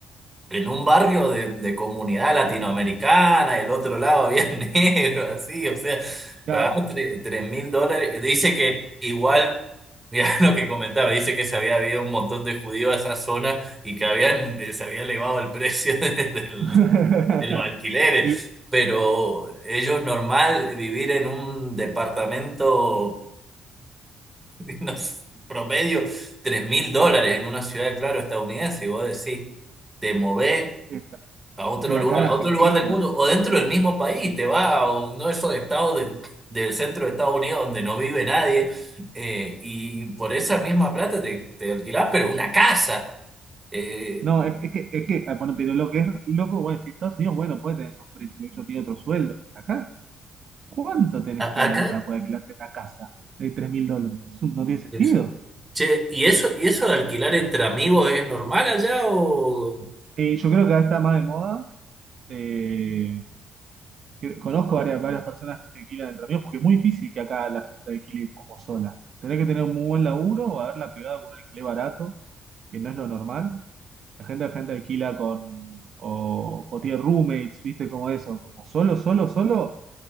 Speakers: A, on the right; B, on the right.
A: en un barrio de, de comunidad latinoamericana, el otro lado había <laughs> negro, así, o sea,
B: Ya.
A: pagaba tres mil dólares. Dice que igual, mira <laughs> lo que comentaba, dice que se había habido un montón de judíos a esa zona y que habían, eh, se había elevado el precio <laughs> de, del-
B: <laughs>
A: de los alquileres,
B: Y,
A: pero ellos normal vivir en un departamento, <laughs> no sé, promedio, tres mil dólares en una ciudad, claro, estadounidense, y vos decís, te movés
B: esta-
A: a otro
B: y
A: lugar,
B: acá en Argentina.
A: a otro lugar del mundo o dentro del mismo país, te va a uno de esos estados del, del centro de Estados Unidos donde no vive nadie eh, y por esa misma plata te, te alquilás, pero una casa. Eh,
B: No, es, es que, es que, ah, bueno, pero lo que es loco, bueno, si Estados Unidos, bueno, puede tener esos precios, porque ellos tienen otro sueldo. Acá, ¿cuánto tenés
A: a-
B: que ganar
A: acá,
B: para poder alquilarte una casa de tres mil dólares? Eso no tiene sentido.
A: Perfecto. che, ¿y eso, y eso de alquilar entre amigos es normal allá o...?
B: Eh, yo creo que ahora está más de moda. eh, que- conozco varias, varias personas que alquilan entre amigos, porque es muy difícil que acá la gente alquile como sola. Tenés que tener un muy buen laburo o haberla pegado con un alquiler barato, que no es lo normal. La gente, la gente alquila con, o, o tiene roommates, ¿viste? Como eso, como solo, solo, solo.